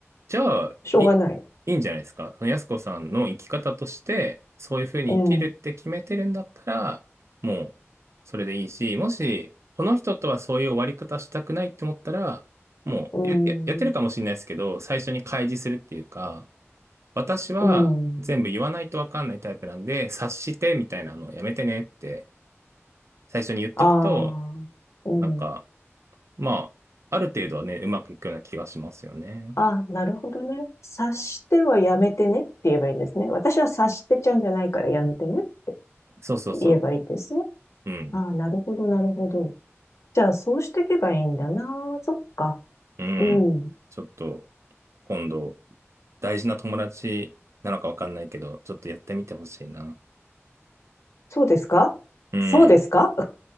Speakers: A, on the right; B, on the left.
A: じゃあ、
B: しょうがない。
A: い、いいんじゃないですか。その安子さんの生き方として、そういうふうに生きるって決めてるんだったら、
B: うん、
A: もう、それでいいし、もし、この人とはそういう終わり方したくないって思ったら、もうや、
B: うん、
A: ややってるかもしれないですけど、最初に開示するっていうか、私は全部言わないとわかんないタイプなんで、
B: うん、
A: 察してみたいなのをやめてねって、最初に言っとくと、
B: ああ、うん。
A: なんか、まあ、ある程度はね、うまくいくような気がしますよね。
B: あ、なるほどね。察してはやめてねって言えばいいんですね。私は察してちゃうんじゃないからやめてねって
A: そうそうそ
B: 言えばいいですね。
A: う。うん。
B: ああ、なるほど、なるほど。じゃあ、そうしていけばいいんだな。そっか。
A: うん。
B: うん。
A: ちょっと、今度、大事な友達なのかわかんないけど、ちょっとやってみてほしいな。
B: そうですかそうですか
A: うん。